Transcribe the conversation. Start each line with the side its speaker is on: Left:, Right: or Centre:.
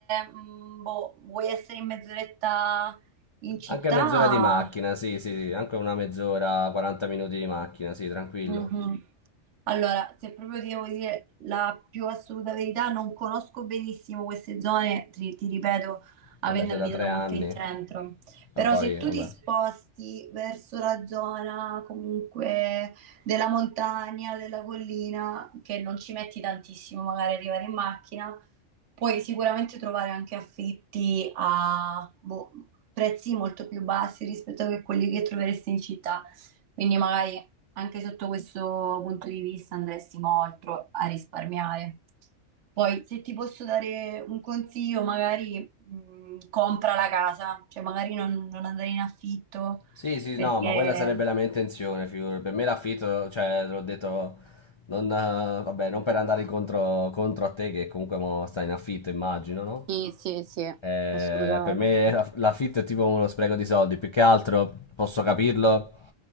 Right: mm, boh, vuoi essere in mezz'oretta in città...
Left: Anche mezz'ora di macchina, sì, sì, sì, anche una mezz'ora, 40 minuti di macchina, sì, tranquillo.
Right: Mhm. Allora, se proprio ti devo dire la più assoluta verità, non conosco benissimo queste zone, ti, ti ripeto, avendo
Left: Vabbè, sei
Right: abitato
Left: da tre anni.
Right: molto in centro.
Left: Ma
Right: Però
Left: poi,
Right: se tu
Left: vabbè.
Right: ti sposti verso la zona comunque della montagna, della collina, che non ci metti tantissimo magari arrivare in macchina, Puoi sicuramente trovare anche affitti a boh, prezzi molto più bassi rispetto a quelli che troveresti in città, quindi magari anche sotto questo punto di vista andresti molto a risparmiare. Poi, se ti posso dare un consiglio, magari mh, compra la casa, cioè magari non, non andare in affitto
Left: Sì, sì,
Right: perché...
Left: no, ma quella sarebbe la mia intenzione, figurati. Per me l'affitto, cioè, l'ho detto, non, eh, vabbè, non per andare incontro, contro a te, che comunque mo stai in affitto, immagino, no?
Right: Sì, sì, sì,
Left: Eh,
Right: assolutamente.
Left: per me la- l'affitto è tipo uno spreco di soldi, più che altro posso capirlo